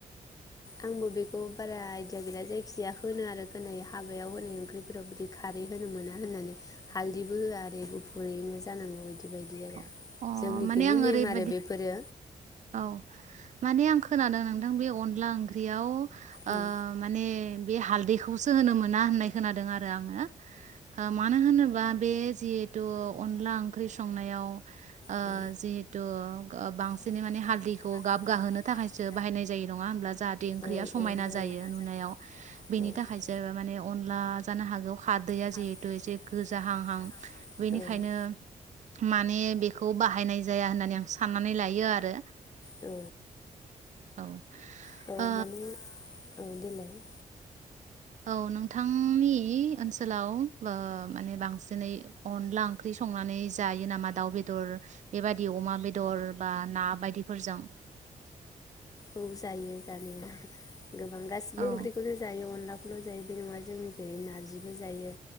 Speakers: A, on the left; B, on the right.
A: आंबो बेखौ बारा आयदिया गैला जायखिजाया होनो आरो होनाय हाबायाव होनाय ओंख्रिफोराव बिदि खारै होनो मोना होननानै हालदैबो होआ आरो गुफुरैनो जानांगौ बायदि बायदि आरो।
B: अ
A: जोंनिखिनि
B: माने आं
A: नेम
B: ओरैबायदि
A: आरो बेफोरो
B: औ माने आं खोनादों नोंथां बैयाव अनला ओंख्रियाव
A: उम
B: ओ माने बि हालदैखौसो सो होनो मोना होननाय खोनादों आरो आङो। मानो होनो बा बे जि थु अनला ओंख्रि संनायाव ओ
A: बे जिहेथु
B: जिहेतु बांसिनै
A: अनला
B: माने हालदैखौ गाब गाहोनो
A: ओंख्रि
B: थाखायसो बाहायनाय जायो नङा होनब्ला जाहाथे ओंख्रिया
A: संनायाव
B: समायना
A: ओ जिहेथु ओ
B: जायो
A: बांसिनै माने हालदैखौ
B: नुनायाव
A: गाब
B: बेनि
A: गाहोनो
B: थाखायसो माने अनला जानो हागौ खारदैया
A: थाखायसो बाहायनाय
B: जिहेथु एसे
A: जायो
B: गोजाहांहां।
A: नङा होमब्ला
B: बेनिखायनो
A: जाहाथे ओंख्रिया समायना जायो नुनायाव बेनि
B: माने बेखौ बाहायनाय जाया होननानै आं साननानै लायो आरो।
A: औ
B: औ।
A: जोङो
B: ओ
A: माने अनला जानो हागौ खारदैया जिहेथु एसे गोजाहांहां औ माने औ देलाय
B: औ नोंथांनि ओनसोलाव ओ माने बांसिनै अनला ओंख्रि संनानै जायो नामा दाउ बेदर दर बेबादि अमा बेदर बा ना बायदिफोरजों।
A: औ जायो जानाया गोबां गासिबो
B: औ
A: ओंख्रिखौनो जायो अनला अनलाखौल जायो बे नङा जोंनिखै नारजिबो जायो